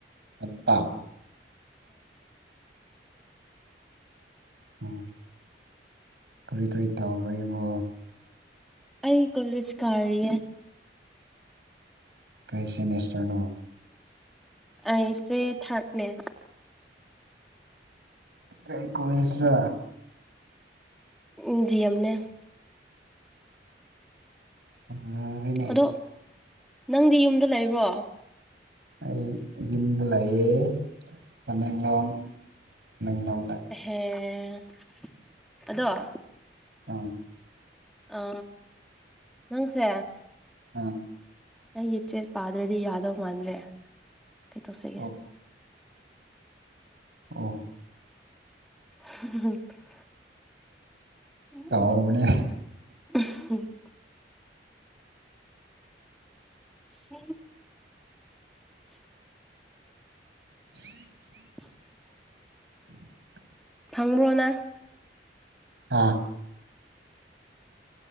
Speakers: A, on the right (about 70°); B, in the centre.
A: ꯇꯝꯄꯥꯛ ꯑꯣ ꯀꯔꯤ ꯀ꯭ꯔꯤ ꯇꯧꯕ꯭ꯔ ꯢꯕꯣ
B: ꯑꯩ ꯀꯣꯂꯦꯖ ꯀꯥꯔꯤꯌꯦ
A: ꯀꯩ ꯁꯤꯃꯤꯁꯇꯔꯅꯣ
B: ꯑꯩꯁꯦ ꯊꯔ꯭ꯗꯅꯦ
A: ꯀꯔꯤ ꯀꯣꯂꯦꯁꯔ
B: ꯎꯝ ꯗꯤ ꯑꯦꯝꯅꯦ
A: ꯃꯨꯔꯦꯅꯦ
B: ꯑꯗꯣ ꯅꯪꯗꯤ ꯌꯨꯝꯗ ꯂꯩꯕ꯭ꯔꯣ꯫
A: ꯑꯩ ꯌꯨꯝꯗ ꯂꯩꯌꯦ ꯇꯃꯦꯡꯂꯣꯡ ꯇꯃꯦꯡꯂꯣꯡꯗ
B: ꯍꯦ ꯑꯗꯣ
A: ꯑꯥ
B: ꯑ ꯅꯪꯁꯦ
A: ꯑꯥ
B: ꯑꯩꯒꯤ ꯏꯆꯦꯠ ꯄꯥꯗ꯭ꯔꯗꯤ ꯌꯥꯗꯧ ꯃꯥꯟꯗ꯭ꯔꯦ ꯀꯩ ꯇꯧꯁꯤꯒꯦ
A: ꯑꯣ ꯑꯣ
B: <unintelligible> ꯎꯝ
A: ꯇꯧꯕꯅꯦ
B: ꯁꯤ
A: <unintelligible>
B: <inaudible>
A: <inaudible>
B: ꯐꯪꯕ꯭ꯔꯣꯅ
A: ꯑꯥ